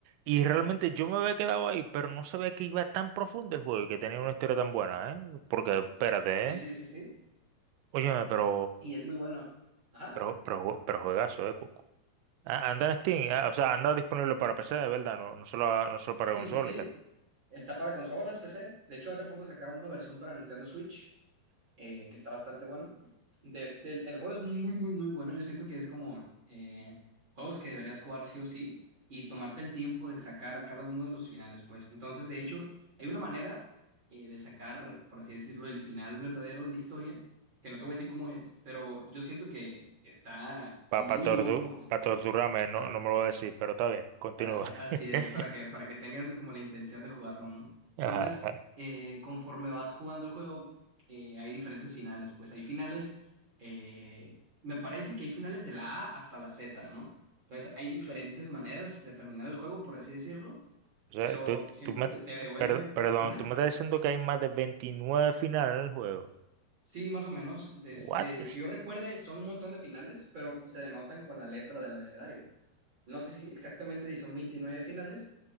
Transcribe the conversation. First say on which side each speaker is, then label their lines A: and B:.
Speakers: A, on the right; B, on the right.
A: y realmente yo me había quedado ahí, pero no sabía que iba tan profundo el juego y que tenía una historia tan buena, ¿eh? Porque, espérate,
B: sí,
A: ¿eh?
B: sí, sí, sí.
A: Óyeme, pero,
B: Y es muy bueno. Ajá.
A: pero, pero, jue- pero juegazo, ¿eh? Ah, anda en Steam, ah, o sea, anda disponible para PC, de verdad, no, no solo, no solo para
B: Sí,
A: consola
B: sí, sí.
A: y tal.
B: Está para consolas, PC. De hecho, hace poco sacaron una versión para Nintendo Switch eh, que está bastante bueno. De este, el, el juego es muy, muy, muy bueno. Yo siento que es como eh, juegos que deberías jugar sí o sí y tomarte el tiempo de sacar cada uno de los finales, pues. Entonces, de hecho, hay una manera eh, de sacar, por así decirlo, el final verdadero de la historia, que no te voy a decir cómo es, pero yo siento que está
A: Para
B: muy
A: torturarme,
B: loco el, co-
A: no,
B: para
A: no me lo voy a decir, pero está bien, continúa.
B: Así, así
A: <laughs>
B: es, para que, para que tengas como la intención de jugarlo, ¿no? Entonces,
A: Ajá, ajá.
B: eh, conforme vas jugando el juego, eh, hay diferentes finales, pues hay finales, eh, me parece que hay finales de la A hasta la Z, ¿no? Entonces, hay diferentes maneras de terminar el juego, por así decirlo,
A: O sea,
B: pero
A: tú,
B: siempre
A: tú me,
B: te, te devuelven,
A: tú- per- perdón,
B: ¿mande?
A: tú me estás diciendo que hay más de 29 finales en el juego.
B: Sí, más o menos, desde
A: ¿What?
B: que yo recuerde, son un montón de finales, pero se denotan con la letra del abecedario. No sé si exactamente si son 29 finales.